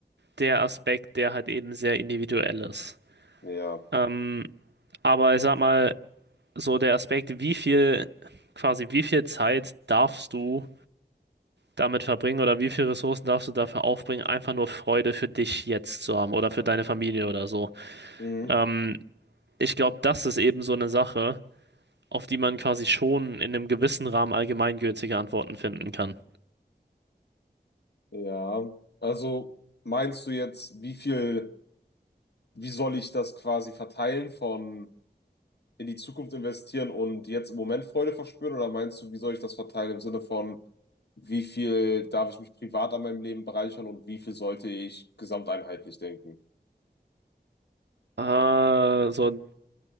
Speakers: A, on the right; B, on the left.
A: der Aspekt, der halt eben sehr individuell ist.
B: Ja.
A: Ähm, aber ich sag mal, so der Aspekt, wie viel, quasi wie viel Zeit darfst du damit verbringen oder wie viele Ressourcen darfst du dafür aufbringen, einfach nur Freude für dich jetzt zu haben oder für deine Familie oder so.
B: Mhm.
A: Ähm, ich glaube, das ist eben so eine Sache, auf die man quasi schon in einem gewissen Rahmen allgemeingültige Antworten finden kann.
B: Ja. Also meinst du jetzt, wie viel, wie soll ich das quasi verteilen von in die Zukunft investieren und jetzt im Moment Freude verspüren? Oder meinst du, wie soll ich das verteilen im Sinne von, wie viel darf ich mich privat an meinem Leben bereichern und wie viel sollte ich gesamteinheitlich denken?
A: Äh, so ein